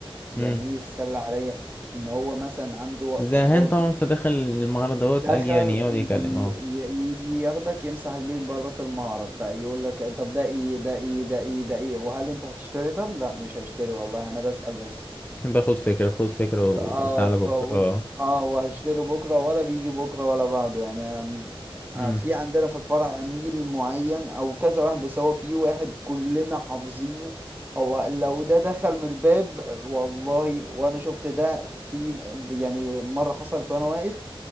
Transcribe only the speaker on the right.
يعني
ايه يتسلى عليا ان هو مثلا عنده وقت
فاضي
دخل
ي-
ي- يجي ياخدك يمسحك بيك بلاط المعرض بقى يقول لك طب ده ايه ده ايه ده ايه ده ايه وهل انت هتشتري طب لا مش هشتري والله انا بسأل بس
ب- اه
ف
اه وهشتري بكره ولا بيجي بكره ولا بعده يعني عن... آه،
في عندنا في الفرع عميل معين او كذا واحد بس هو في واحد كلنا حافظينه هو لو ده دخل من الباب والله وانا شفت ده في يعني مره حصلت وانا واقف